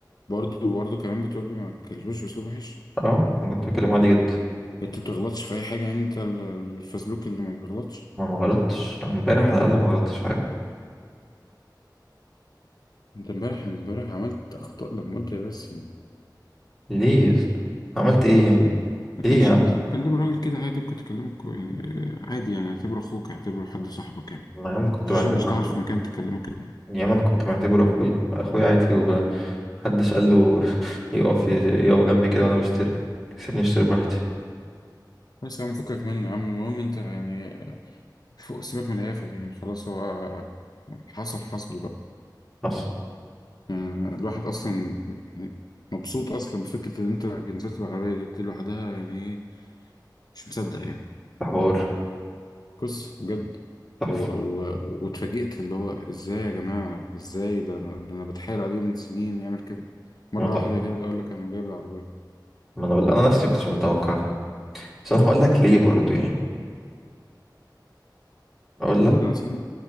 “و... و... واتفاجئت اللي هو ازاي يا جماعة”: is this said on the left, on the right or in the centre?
Left